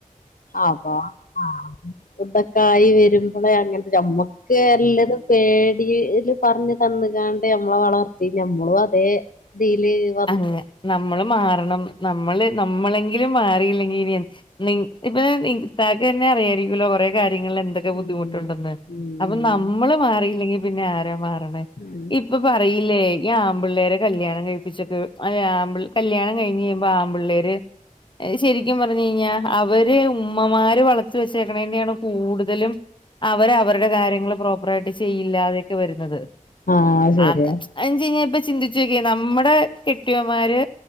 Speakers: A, on the left (about 80°); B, on the left (about 35°).
A: അപ്പൊ ആഹ് - ഉത്തക്കായി വരുമ്പളെ അങ്ങനത്തെ നമ്മക്ക് എല്ലതും
B: ഏ
A: പേടി- ട്ടിപറഞ് തന്ന്കാണ്ട് ഞമ്മളെ വളർത്തി ഞമ്മളും അതേ- ഇതില് വന്ന്
B: അതെ നമ്മള് മാറണം നമ്മള് നമ്മളെങ്കിലും മാറിയില്ലെ- <unintelligible> ഇപ്പൊ ഇത്താക്കു തന്നെ അറിയായിരിക്കുമല്ലോ കൊറെ കാ <unintelligible> എന്തൊക്കെ
A: ഉം
B: ബുദ്ധിമുട്ട് ഉണ്ടെന്ന്
A: ഉം
B: അപ്പം
A: ഉം
B: നമ്മള് മാറിയില്ലെങ്കി പിന്നെ ആരാ മാറണേ
A: ഉം
B: ഇപ്പ പറയില്ലേ. ഈ ആമ്പിള്ളേരെ കല്യാണം കഴിപ്പിച്ചക്കെ വി <unintelligible> ആമ്പിൾ കല്യാണം കഴിഞ്ഞ് കഴിയുമ്പോ ആമ്പിള്ളേര് അത് ശരിക്കും പറ <unintelligible> അവര് ഉമ്മമാര് വളച്ചു വെച്ചേക്കെണേന്റെണ് കൂടുതലും അവര് അവരുടെ കാര്യങ്ങള് പ്രോപ്പറായിട്ട് ചെയ്യില്ലാ അതൊക്കെ വരുന്നത്.
A: ആഹ് ശരിയാ
B: അ <unintelligible> ഇപ്പൊ ചിന്തിച്ചു നോക്കിയേ നമ്മടെ കെട്ടിയോന്മാര്